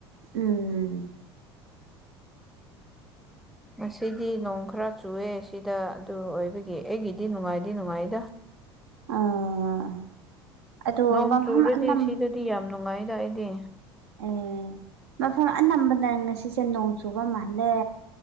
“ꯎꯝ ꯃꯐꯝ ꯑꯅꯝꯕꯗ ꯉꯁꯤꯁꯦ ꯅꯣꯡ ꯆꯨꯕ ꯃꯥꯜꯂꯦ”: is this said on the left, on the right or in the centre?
Right